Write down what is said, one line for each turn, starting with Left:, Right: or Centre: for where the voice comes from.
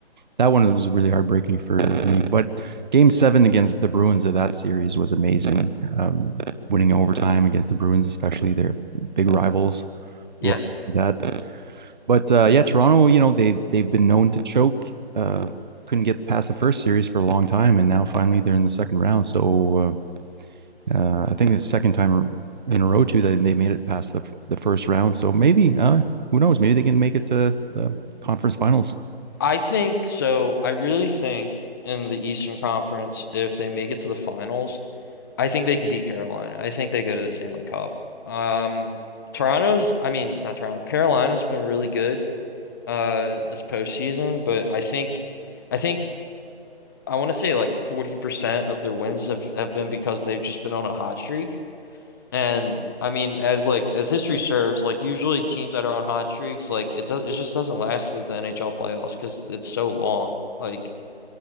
Right: That one was really heartbreaking for me. But Game Seven against the Bruins of that series was amazing. Um, winning overtime against the Bruins, especially their big rivals,
Left: Yeah.
Right: love that. But uh, yeah, Toronto, you know they they've been known to choke. Uh, couldn't get past the first series for a long time, and now finally they're in the second round. So uh, uh, I think it's the second time in a row too that they made it past the the first round. So maybe uh, who knows? Maybe they can make it to the conference finals.
Left: I think so. I really think in the Eastern Conference, if they make it to the finals, I think they can beat Carolina. I think they go to the Stanley Cup. Um, Toronto's, I mean, not Toronto, Carolina's been really good uh this postseason, but I think I think I want to say like 40% of their wins have, have been because they've just been on a hot streak. And I mean, as like as history serves, like usually teams that are on hot streaks, like it do it just doesn't last through the NHL playoffs because it's so long. Like